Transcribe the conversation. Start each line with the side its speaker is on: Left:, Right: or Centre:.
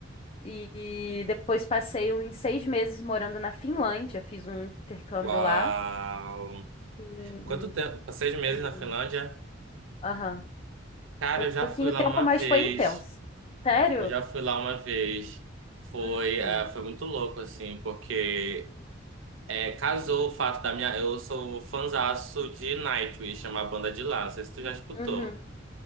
Left: E depois passei uns seis meses morando na Finlândia. Fiz um intercâmbio
Right: uau!
Left: lá. Sim,
Right: Quanto tempo? Seis meses
Left: foi lindo.
Right: na Finlândia?
Left: Aham.
Right: Cara,
Left: Foi
Right: eu já
Left: pouquinho
Right: fui lá
Left: tempo,
Right: uma
Left: mas
Right: vez.
Left: foi intenso. Sério?
Right: Eu já fui lá uma vez. Foi,
Left: Uhum.
Right: eh, foi muito louco, assim, porque eh, casou o fato da minha. Eu sou fãzaço de Nightwish, é uma banda de lá. Não sei se tu já escutou.
Left: Uhum.